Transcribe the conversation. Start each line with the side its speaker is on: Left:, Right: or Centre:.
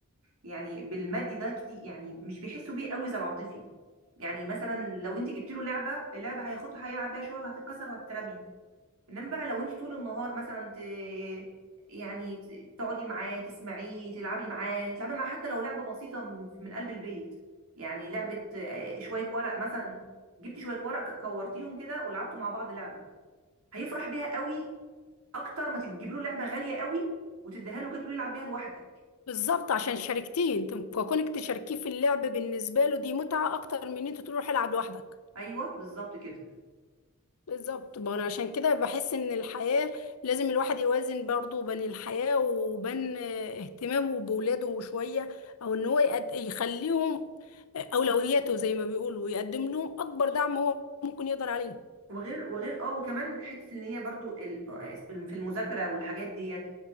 Right: يعني بالمادي ده كتير يعني مش بيحسوا بيه قوي زي العاطفي يعني مثلا لو انت جبت له لعبه اللعبه هياخدها هيلعب بيها شويه وهتتكسر وهتترمي انما بقى لو انت طول النهار مثلا ت... يعني ت- تقعدي معاه تسمعيه تلعبي معاه تلعبي معاه حتى لو لعبه بسيطه من من قلب البيت يعني لعبه آه، شويه ورق مثلا جبتي شويه ورق ك- كورتيهم كده ولعبتوا مع بعض لعبه هيفرح بيها قوي اكتر ما تجيب له لعبه غاليه قوي وتديها له كده تقولي العب بيها لوحدك
Left: بالظبط عشان شاركتيه انت كونك تشاركيه في اللعب بالنسبه له دي متعه اكتر من ان انت تروح العب لوحدك
Right: ايوه بالظبط كده
Left: بالظبط ما انا عشان كده بحس ان الحياة لازم الواحد يوازن برضه بين الحياة وبين اهتمامه بولاده شوية او ان هو يقد... يخليهم اولوياته زي ما بيقولوا ويقدم لهم اكبر دعم هو ممكن يقدر عليه
Right: وغير وغير اه وكمان حته ان هي برضو ال- آه، في المذاكره والحاجات ديت